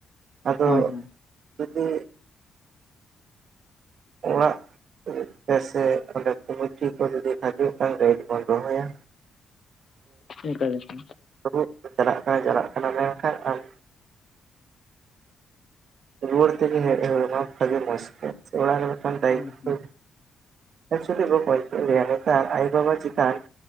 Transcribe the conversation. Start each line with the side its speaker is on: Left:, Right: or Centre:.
Right: ᱟᱫᱚ
Left: ᱦᱳᱭ ᱦᱳᱭ
Right: ᱡᱩᱫᱤ ᱚᱲᱟᱜ ᱥᱮ ᱚᱸᱰᱮ ᱠᱩᱢᱴᱤ ᱠᱚ ᱡᱩᱫᱤ ᱦᱤᱡᱩᱜ ᱠᱷᱟᱱ ᱨᱮᱴ ᱵᱚᱱ ᱨᱚᱦᱚᱭᱟ
Left: ᱮᱠᱟᱞ ᱮᱠᱟᱞ
Right: <unintelligible> ᱪᱟᱞᱟᱜ ᱠᱟᱱᱟ ᱪᱟᱞᱟᱜ ᱠᱟᱱᱟ ᱢᱮᱱᱠᱷᱟᱱ <unintelligible> ᱨᱩᱣᱟᱹᱲ ᱛᱮᱜᱮ ᱦᱮᱡ ᱦᱚᱲ ᱢᱟ ᱵᱷᱟᱜᱮ ᱢᱚᱡᱽᱛᱮ ᱥᱮ ᱚᱲᱟᱜ ᱨᱮ ᱢᱤᱫᱟᱱ ᱫᱟᱭᱤᱛᱚ
Left: ᱦᱳᱭ ᱦᱳᱭ
Right: <unintelligible> ᱱᱮᱛᱟᱨ ᱟᱭᱳ-ᱵᱟᱵᱟ ᱪᱮᱛᱟᱱ᱾